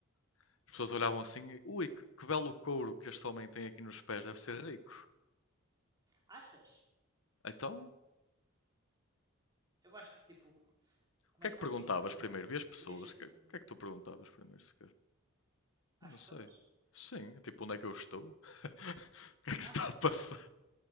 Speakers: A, on the left; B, on the right.
A: as pessoas olhavam assim, e, ui, que, que belo couro que este homem tem aqui nos pés, deve ser rico.
B: Achas?
A: Então, o
B: Eu acho que, tipo, como
A: que
B: é
A: é
B: tão
A: que perguntavas
B: diferente,
A: primeiro? E as pessoas,
B: podia ser,
A: o
B: tipo,
A: que, que
B: um...
A: é que tu perguntavas primeiro sequer?
B: Às
A: Eu não
B: pessoas?
A: sei. Sim, tipo, onde é que eu estou? <laughs> O que é que
B: Acho
A: se está a
B: que sim.
A: passar?